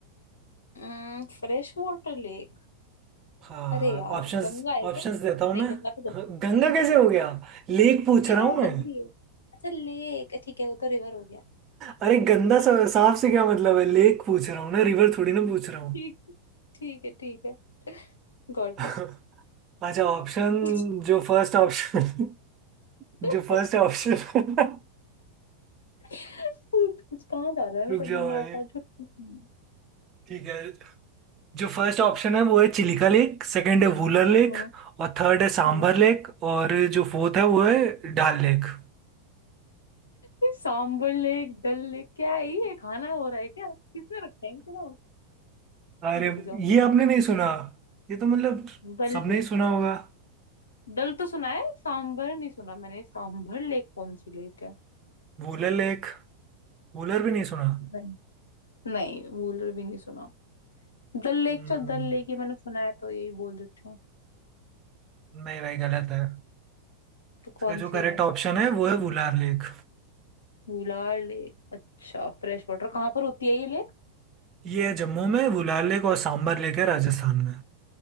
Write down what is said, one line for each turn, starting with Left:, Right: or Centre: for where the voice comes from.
Left: हम्म फ्रेश वाटर लेक
Right: हाँ
Left: अरे यार
Right: ऑप्शंस
Left: गंगा है
Right: ऑप्शंस
Left: क्या
Right: देता हूँ
Left: नहीं
Right: मैं
Left: गंगा तो गंदी
Right: गंगा
Left: गंगा
Right: कैसे हो
Left: तो
Right: गया
Left: गंदी
Right: लेक पूछ
Left: नहीं
Right: रहा
Left: नहीं
Right: हूँ
Left: वो
Right: मैं
Left: गंदी है अच्छा लेक ठीक है वो तो रिवर हो गया
Right: अरे गंदा सा, साफ से क्या मतलब है लेक पूछ रहा हूँ ना रिवर थोड़ी ना
Left: हम्म,
Right: पूछ रहा हूँ
Left: ठीक ठीक है ठीक है Got
Right: <laughs> अच्छा ऑप्शन
Left: it
Right: जो फर्स्ट ऑप्शन <laughs>
Left: <laughs>
Right: जो फर्स्ट ऑप्शन <laughs>
Left: कुछ कुछ कहाँ जा रहा है मेरा
Right: रुक जाओ
Left: दिमाग
Right: भाई
Left: आज हम्म,
Right: ठीक है जो फर्स्ट ऑप्शन है वो है चिलिका लेक सेकंड है वूलर लेक
Left: हम्म,
Right: और थर्ड है सांभर
Left: हम्म।
Right: लेक और जो फोर्थ है वो है डाल लेक <laughs>
Left: ये सांबर लेक डल लेक क्या है ये खाना हो रहा है क्या किसने रखा है इनके नाम
Right: अरे
Left: रुक जा
Right: ये आपने नहीं सुना ये तो मतलब
Left: डल
Right: सबने
Left: लेक
Right: ही सुना होगा
Left: डल तो सुना है सांबर नहीं सुना मैंने सांबर लेक कौन सी लेक है
Right: वूलर लेक वूलर भी नहीं सुना
Left: नहीं नहीं वूलर भी नहीं सुना डल लेक
Right: हम्म,
Left: चल डल लेक ये मैंने सुना है तो यही बोल देती हूँ
Right: नहीं भाई गलत है
Left: तो कौन
Right: इसका जो
Left: सी
Right: करेक्ट
Left: है
Right: ऑप्शन है वो है वुलार लेक
Left: वुलार लेक अच्छा फ्रेश वाटर कहाँ पर होती है ये लेक
Right: ये है जम्मू में वुलार लेक और सांभर लेक है राजस्थान में